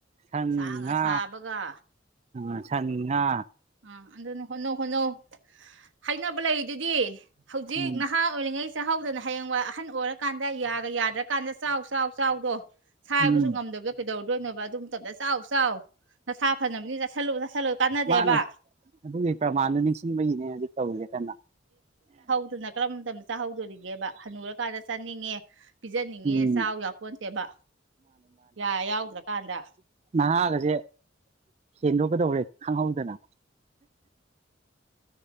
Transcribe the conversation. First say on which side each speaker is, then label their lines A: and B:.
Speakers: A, on the right; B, on the right.
A: ꯁꯉ
B: ꯁꯥꯒ ꯁꯥꯕꯒ
A: ꯑ ꯁꯉꯥ
B: ꯑꯥ ꯑꯗꯨꯅ ꯍꯣꯠꯅꯧ ꯍꯣꯠꯅꯧ ꯍꯥꯏꯅꯕ ꯂꯩꯔꯤ ꯑꯗꯨꯗꯤ ꯍꯧꯖꯤꯛ
A: ꯎꯝ
B: ꯅꯍꯥꯛ ꯑꯣꯏꯔꯤꯉꯩ ꯆꯥꯛꯍꯧꯗꯅ ꯍꯌꯦꯡꯋꯥꯏ ꯑꯍꯟ ꯑꯣꯏꯔꯀꯥꯟꯗ ꯌꯥ ꯌꯥꯗ꯭ꯔꯀꯥꯟꯗ ꯆꯥꯎ ꯆꯥꯎ ꯆꯥꯎꯗꯣ ꯁꯥꯕꯁꯨ
A: ꯎꯝ
B: ꯉꯝꯗꯕꯗ ꯀꯩꯗꯧꯔꯗꯣꯏꯅꯣꯕ ꯑꯗꯨ ꯃꯇꯝꯗ ꯆꯥꯎ ꯆꯥꯎ ꯅꯁꯥ ꯐꯅꯕꯅꯤ ꯆꯠꯁꯜꯂꯨ ꯆꯠꯁꯜꯂꯨꯒ ꯀꯥꯟꯅꯗꯦꯕ
A: ꯃꯥꯅꯦ ꯑꯗꯨꯒꯤ ꯄ꯭ꯔꯃꯥꯟꯗꯨꯣ ꯅꯤꯡꯁꯤꯡꯕꯒꯤꯅꯦ ꯍꯧꯖꯤ ꯇꯧꯔꯤꯒꯦ ꯀꯟꯅ
B: ꯑꯗꯨꯅ ꯀꯔꯝꯕ ꯃꯇꯝꯗ ꯆꯥꯍꯧꯗꯣꯔꯤꯒꯦꯕ ꯍꯅꯨꯔꯀꯥꯟꯗ ꯆꯥꯅꯤꯡꯉꯦ ꯄꯤꯖꯅꯤꯡꯉꯦ
A: ꯎꯝ
B: ꯆꯥꯎ ꯌꯥꯄꯣꯟꯣꯟꯇꯦꯕ ꯌꯥ ꯌꯥꯎꯗ꯭ꯔꯀꯥꯟꯗ
A: ꯅꯍꯒꯁꯦ ꯍꯦꯟꯗꯣꯛꯀꯗꯧꯔꯦ ꯈꯪꯍꯧꯗꯅ